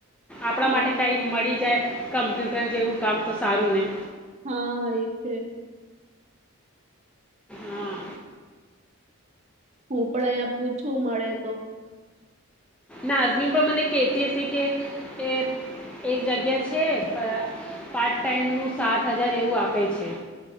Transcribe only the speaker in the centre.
આપણા
માટે કાઈ મળી જાય કમ્પ્યુટર જેવું કામ તો સારું ને.
હા.
નાજમી પણ મને કેતી હતી કે એ એક જગ્યા છે પાર્ટ ટાઈમ નું સાત હજાર એવું આપે છે.